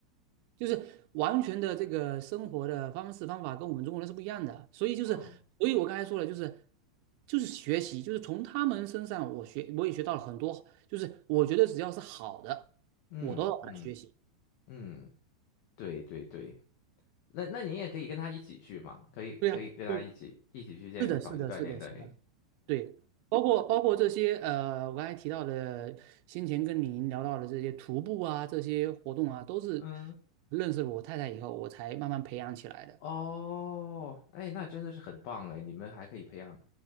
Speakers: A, on the right; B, on the left.
A: 就是完全的这个生活的方式方法跟我们中国人是不一样的。所以就是，
B: 哇，
A: 所以我刚才说了，就是就是学习，就是从他们身上我学我也学到了很多，就是我觉得只要是好的，
B: 嗯嗯
A: 我都要把它学习。
B: 嗯，对对对，那那您也可以跟他一起去嘛，可以可以跟他一起一起去健身房去锻炼锻炼。
A: 对呀，对，是的，是的，是的，是的。对，包括包括这些呃，我刚才提到的，先前跟您聊到的这些徒步啊，这些活动啊，都是
B: 嗯。
A: 认识了我太太以后，我才慢慢培养起来的。
B: 哦，哎，那真的是很棒哎，你们还可以培养